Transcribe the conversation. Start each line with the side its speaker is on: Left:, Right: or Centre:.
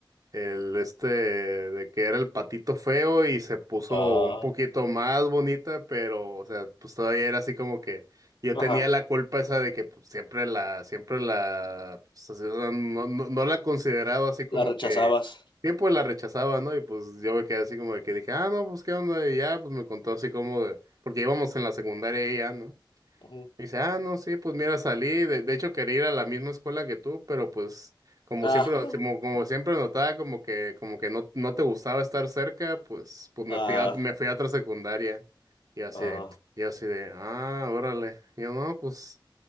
Right: El este de que era el patito feo y se puso
Left: Ah,
Right: un poquito más bonita, pero o sea, pues todavía era así como que yo
Left: ajá.
Right: tenía la culpa esa de que pues, siempre la, siempre la, pues, así, o sea, no, no, no la consideraba así como
Left: La rechazabas.
Right: que, sí, pues la rechazaba, ¿no? Y pues yo me quedé así como de que dije, ah, no, pues qué onda, y ya, pues me contó así como de, porque íbamos en la secundaria y ya, ¿no?
Left: Ujú.
Right: Dice, ah, no, sí, pues mira, salí, de, de hecho quería ir a la misma escuela que tú, pero pues como
Left: Ah,
Right: siempre, como, como siempre notaba como que, como que no, no te gustaba estar cerca, pues, pues me
Left: ah,
Right: fui a, me fui a otra secundaria. Y así
Left: ah.
Right: de, y así de, ah, órale. Y yo, no, pues,